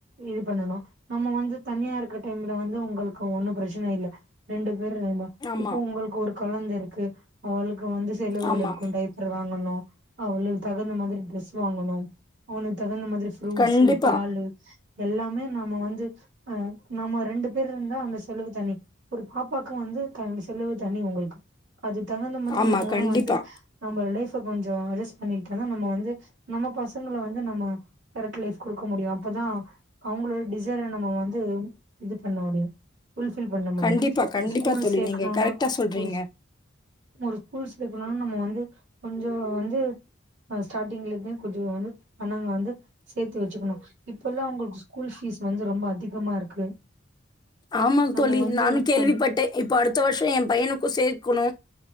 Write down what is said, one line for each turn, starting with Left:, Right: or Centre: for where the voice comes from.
Right: இது பண்ணணு நம்ம வந்து தனியா இருக்கற டைம்ல வந்து உங்களுக்கு ஒன்னு பிரச்சன இல்ல ரெண்டு பேர் ர்ந்தா
Left: ஆமா
Right: இப்போ உங்களுக்கு ஒரு குழந்த இருக்கு அவளுக்கு வந்து செலவுகள்
Left: ஆமா
Right: இருக்கு டைப்பர் வாங்கணு அவளுக் தகுந்த மாதிரி ட்ரெஸ் வாங்கனு அவனுக் தகுந்த மாதிரி ஃப்ரூட்ஸ்ஸு
Left: கண்டிப்பா
Right: பாலு எல்லாமே நாம வந்து அ நம்ம ரெண்டு பேர்ரிருந்தா அந்த செலவு தனி ஒரு பாப்பாக்கு வந்து க செலவு தனி உங்களுக்கு அது தகுந்த மாதிரி
Left: ஆமா
Right: நம்மலு
Left: கண்டிப்பா
Right: வந்து நம்ப லைஃப்ப கொஞ்ச அட்ஜஸ்ட் பண்ணிக்கிட்ட தா நம்ம வந்து நம்ம பசங்கள வந்து நம்ம கரெட் லைஃப் குடுக்க முடியு அப்பதா அவுங்ளோட டிசைர நம்ம வந்து இது பண்ண முடியு ஃபுல்பில் பண்ண முடியு
Left: கண்டிப்பா கண்டிப்பா
Right: ஒரு ஸ்கூல்
Left: தோழி
Right: சேக்ணுனா
Left: நீங்க கரெக்டா சொல்றீங்க
Right: ஒரு ஸ் ஒரு ஸ்கூல் சேக்ணுனா நம்ம வந்து கொஞ்ச வந்து அ ஸ்டார்ட்டிங்லந்தே கொஞ்ச வந்து பணங் வந்து சேத்து வச்சுக்குணு இப்பலா உங்களுக்கு ஸ்கூல் ஃபீஸ் வந்து ரொம்ப அதிகமா இருக்கு
Left: ஆமாங்
Right: நம்ம
Left: தோழி
Right: வந்து
Left: நானு கேள்விப்பட்டே
Right: அத்
Left: இப்ப அடுத்த வர்ஷோ எ பையனுக்கு சேக்குணு